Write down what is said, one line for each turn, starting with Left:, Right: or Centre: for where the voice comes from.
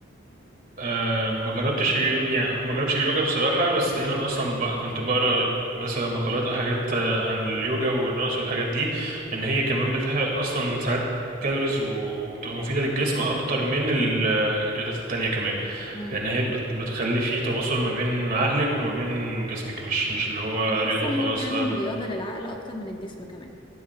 Right: أه ما جربتش اليو... يعني ما جربتش اليوجا بصراحة بس دايما أصلا ب... كنت بقرا مثلا مقالات أو حاجات آه، عن اليوجا والرقص والحاجات دي إن هي كمان بتحرق أصلا ساعات كالوريز و... وبتبقى مفيدة للجسم أكتر من ال- الرياضات التانية كمان
Left: امم
Right: لأن هي بت... بتخلي فيه تواصل ما بين عقلك وما بين جسمك مش مش اللي هو
Left: بحس
Right: رياضة
Left: ان
Right: وخلاص
Left: هي فعلا
Right: لا
Left: رياضه للعقل اكتر من الجسم كمان